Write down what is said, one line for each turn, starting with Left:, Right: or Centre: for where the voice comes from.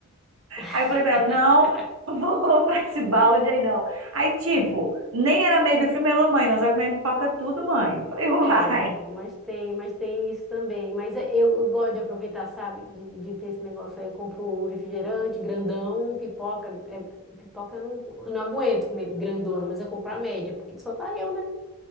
Centre: <laughs>
Right: Aí eu falei com ela, não, <laughs> não vou comprar esse balde aí não. Aí tipo, nem era meio do filme, ela, mãe, nós já comemos pipoca tudo, mãe. Eu falei, <laughs> uai.
Centre: É, mas tem, mas tem isso também. Mas é- eu, eu gosto de aproveitar, sabe? De, de ter esse negócio aí. Eu compro refrigerante, grandão, pipoca. é, pipoca eu não, eu não aguento comer grandona, mas eu compro a média, porque só tá eu, né?